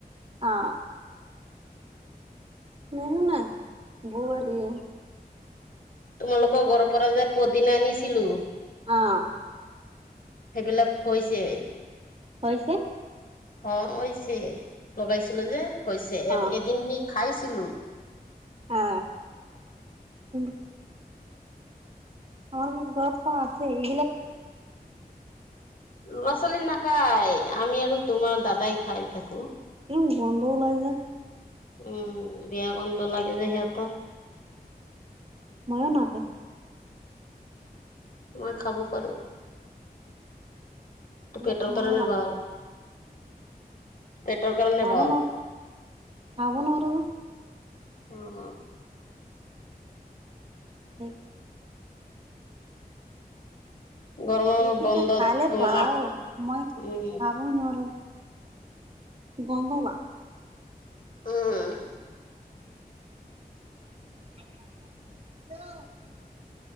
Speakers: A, on the right; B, on the left.
A: আ। নেশুনে বোৱাৰীয়ে।
B: তোমালোকৰ ঘৰৰ পৰা যে পদিনা আনিছিলো।
A: অ।
B: সেইবিলাক হৈছে।
A: হৈছে।
B: হ হৈছে, লগাইছিলো যে হৈছে এব
A: অ
B: এদিন নি খাইছিলো।
A: অ। <unintelligible> আমাৰ কি দৰৱ ত আছে এইবিলাক
B: ল'ৰা - ছোৱালী নাখায়, আমি আৰু তোমাৰ দাদাই খাই থাকো।
A: উম, গন্ধ ওলাই যায়।
B: উম, বেয়া গন্ধ লাগে যে সিহঁত
A: মইও। <unintelligible>
B: মই খাব পাৰো।
A: এইবিলাক
B: তোৰ পেটৰ
A: ময়ো
B: কাৰণে
A: নাখায়
B: ভাল, পেটৰ কাৰণে
A: খাব
B: ভাল।
A: ন খাব নোৱাৰোঁ।
B: অ অ।
A: সেই
B: গৰমৰ
A: সেইকেইটা
B: বন্ধত
A: খালে
B: তোমাৰ
A: ভাল,
B: মাক
A: মই
B: উম
A: খাব নোৱাৰোঁ। গন্ধলা।
B: উম।
A: <unintelligible>